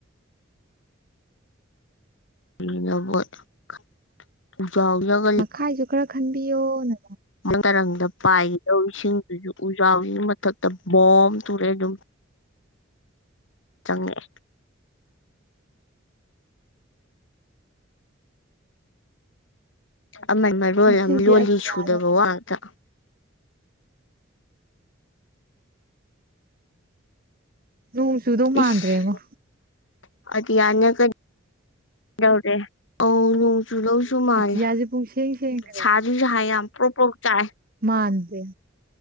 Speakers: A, on the left; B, on the right.
A: <unintelligible>
B: ꯃꯈꯥꯏꯁꯨ ꯈꯔ ꯈꯟꯕꯤꯌꯣ ꯅ
A: ꯃꯔꯝꯗ ꯄꯥꯏꯒꯗꯧ ꯏꯁꯤꯡꯗꯨꯁꯨ ꯎꯖꯥꯎꯁꯤꯒꯤ ꯃꯊꯛꯇ ꯕꯣꯝ ꯇꯨꯔꯑꯦ ꯑꯗꯨꯝ ꯆꯪꯉꯛꯑꯦ ꯑꯃꯟ ꯃꯔꯣꯜ
B: ꯉꯁꯤꯗꯤ
A: ꯑꯃ ꯂꯣꯜꯂꯤ
B: ꯑꯇꯤꯌꯥꯁꯦ
A: ꯁꯨꯗꯕ ꯋꯥ ꯉꯥꯛꯇ
B: ꯅꯣꯡ ꯆꯨꯗꯧ ꯃꯥꯟꯗ꯭ꯔꯦꯉꯣ
A: ꯏꯁ <unintelligible> ꯁꯨ ꯃꯥꯜꯂꯦ
B: ꯑꯇꯤꯌꯥꯁꯦ ꯄꯨꯡꯁꯦꯡ ꯁꯦꯡꯈ꯭ꯔꯦ
A: ꯁꯥꯁꯨꯁꯨꯥꯏ ꯌꯥꯝ ꯄ꯭ꯔꯣꯛ ꯄ꯭ꯔꯣꯛ ꯆꯥꯛ ꯑꯦ
B: ꯃꯥꯗꯦ